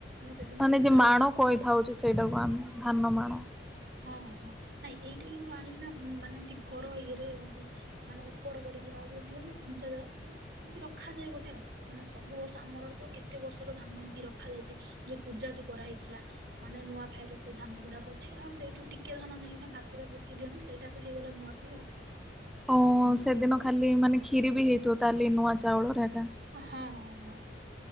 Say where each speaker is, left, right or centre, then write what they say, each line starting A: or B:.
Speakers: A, on the right; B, in the centre.
A: ସେଦିନ
B: ମାନେ
A: ସକାଳୁ
B: ଯେ ମାଣ କହିଥାଉଛୁ ସେଇଟାକୁ ଆମେ ଧାନ ମାଣ।
A: ହଁ ହଁ ନାଇଁ ଏଇଟା କିନ୍ତୁ ଆଣିକିନା ମାନେ ଏମତି ଘର ଇଏରେ ଏନ୍ତି ମାନେ ଉପର କରିକି <unintelligible> ଦିଅନ୍ତି ଖୁଞ୍ଚା ଯାଏ। ଏମିତି ରଖାଯାଏ ଗୋଟେ ଆଉ ମାନେ ସବୁ ବର୍ଷ ଆମର ତ କେତେ କେତେ ବର୍ଷର ଧାନ ଏମିତି ରଖାଯାଇଛି ଯୋଉ ପୂଜା ଯୋଉ କରାହେଇଥିଲା। ମାନେ ନୂଆ ଖାଇ ରେ ସେଇ ଧାନ ଗୁଡା ଅଛି। ଆଉ ସେଇଠୁ ଟିକେ ଧାନ ନେଇକିନା ଭାତରେ ପକେଇ ଦିଅନ୍ତି ସେଇଟା ତ ହେଇଗଲା ନୂଆଖାଇ ଆଉ।
B: ଓ
A: ଏମତି
B: ସେଦିନ ଖାଲି ମାନେ କ୍ଷୀରି ବି ହେଇଥିବ ତାହେଲେ ନୂଆ ଚାଉଳରେ ଏକା।
A: ହଁ ହଁ।